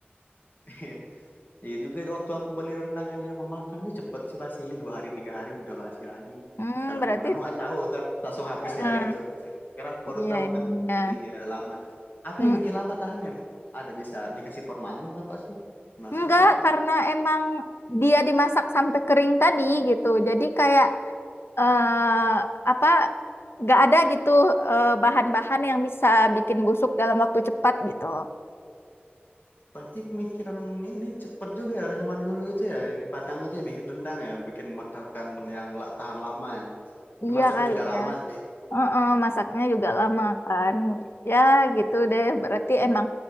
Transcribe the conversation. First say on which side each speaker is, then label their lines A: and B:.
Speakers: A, on the left; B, on the left.
A: <laughs> Iya juga waktu aku beli rendang yang di rumah makan itu cepet sih pastinya dua hari tiga hari udah basi lagi.
B: Hmm,
A: Kalau
B: berarti
A: teman aku nggak tahu kan langsung habis
B: eh,
A: di hari itu. Sekarang aku baru
B: iya
A: tahu
B: iya.
A: kan.
B: iya.
A: Jadi dia lama. Apa
B: Mm,
A: yang bikin lama tahan emang? Ada bisa dikasih formalin atau apa sih? Penasaran
B: Enggak,
A: kok.
B: karena emang dia dimasak sampai kering tadi gitu. Jadi kayak eh apa nggak ada gitu eh, bahan-bahan yang bisa bikin busuk dalam waktu cepat gitu.
A: Pasti pemikiran ini cepet juga ya orang hulu itu ya. Di Padang itu ya bikin rendang ya, bikin masakan yang la- tahan lama ya.
B: Iya
A: Masaknya
B: kali
A: juga lama
B: ya.
A: sih.
B: Heeh, masaknya juga lama kan. Ya gitu deh. Berarti emang